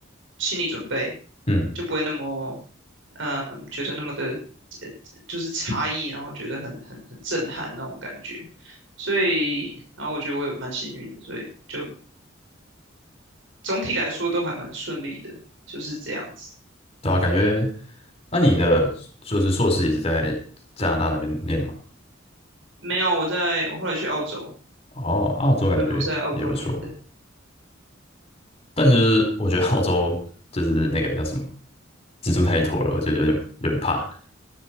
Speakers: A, on the right (about 75°); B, on the left (about 30°).
A: 心理准备，
B: 嗯。
A: 就不会那么嗯、呃觉得那么的。就是差异，然后觉得很很很震撼那种感觉。所以，然后我觉得我也蛮幸运的，所以就总体来说都还蛮顺利的，就是这样子。
B: 对啊，感觉，那你的就是硕士也是在加拿大那边念的嘛？
A: 没有，我在我后来去澳洲，
B: 哦，澳洲感觉也不错，
A: 对，我是在澳洲念的。
B: 但就是我觉得澳洲就是那个叫什么，蜘蛛太多了，我觉得有点有点怕。